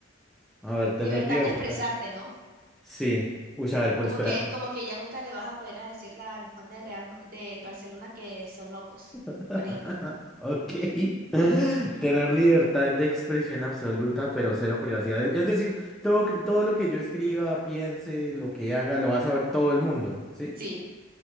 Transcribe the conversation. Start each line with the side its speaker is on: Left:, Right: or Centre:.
Centre: A ver, tener
Right: libertad
Centre: libertad.
Right: de expresarte, ¿no?
Centre: Sí. Uy, a ver, por
Right: Como
Centre: esperar.
Right: que, como que ya nunca le vas a poder a decirle a los fans del Real, del Barcelona que son locos,
Centre: <laughs>
Right: por ejemplo.
Centre: Ok. <laughs> Tener libertad de expresión absoluta, pero cero privacidad. Es decir, todo, todo lo que yo escriba, piense, lo que haga, lo va a saber todo el mundo, ¿sí?
Right: Sí,